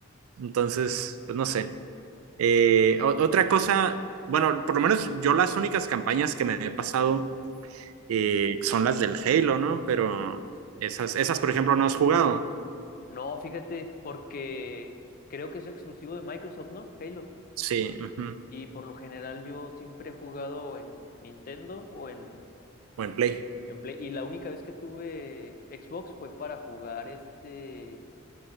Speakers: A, on the right; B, on the left.
A: Entonces, pues no sé. Eh, o- otra cosa, bueno, por lo menos yo las únicas campañas que me he pasado eh, son las del Halo, ¿no? Pero esas, esas, por ejemplo, no has jugado.
B: No, fíjate, porque creo que es exclusivo de Microsoft, ¿no? Halo.
A: Sí, ujú.
B: Y por lo general yo siempre he jugado en Nintendo o en,
A: Buen play.
B: en Play. Y la única vez que tuve Xbox fue para jugar este...